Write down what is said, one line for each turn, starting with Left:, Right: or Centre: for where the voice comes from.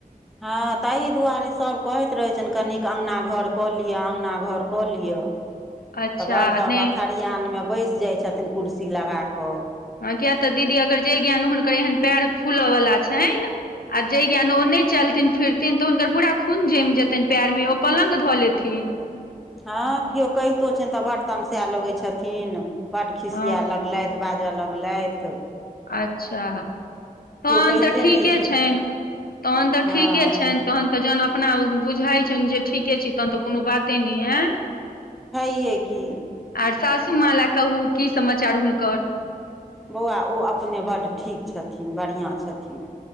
Centre: ह तहि दुआरे सभ कहैत रहै छनि। कनिक अंगना घर कऽ लिअ अंगना घर कऽ लिअ तऽ
Left: अच्छा
Centre: बड़ तऽ
Left: नहि
Centre: खरिहानमे बैस जाइत छथिन कुर्सी लगा कऽ
Left: किय तऽ दीदी अगर जे ज्ञान हुनकर एहन पएर फूलयवला छइन आ जे ज्ञान ओ नै चलथिन फिरथिन तऽ हुनकर पूरा खून जैम जेतैन पैइर मे ओ पलंग धऽ लेथिन <unintelligible>
Centre: हँ, केओ कहितो छैन। तऽ बड्ड तमसा लगैत छथिन बड्ड खिसिया
Left: हँ
Centre: लगलथि बाजऽ लगलैथि
Left: अच्छा तहन
Centre: कहिते
Left: तऽ ठीके
Centre: नहि
Left: छनि। तहन तऽ
Centre: हँ
Left: ठीके छनि। तहन तऽ जहन अपना उ बुझाइत छनि जे ठीके छै। तहन तऽ कोनो बाते नै एं
Centre: छै हे की
Left: आर सासू माँ ला कहू की समाचार हुनकर
Centre: बौआ ओ अपने बड्ड ठीक छथिन बढ़िआँ छथिन।